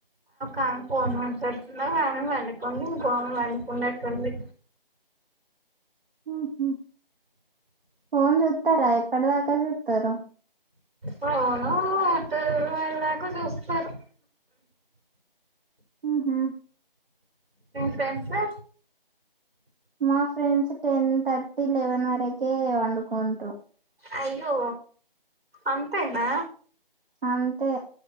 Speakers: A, on the right (about 85°); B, on the right (about 70°).
A: ఆమె ఫోన్ మాట్లాడుతున్నా ఆమె వళకోండి ఇంకో ఆమె వంళకున్నట్టుంది
B: హ ఫోన్ చూతారా ఎప్పటి దాకా చూతారు
A: పోఓనా అట వెళ్దక చూస్తస్తారు
B: హ హమ్
A: ఫ్రెండ్స్ ఫ
B: మా ఫ్రెండ్స్ టెన్ థర్టీ లెవెన్ వరకే వండుకుంటారు
A: అయ్యో అంతాయనా
B: అంతే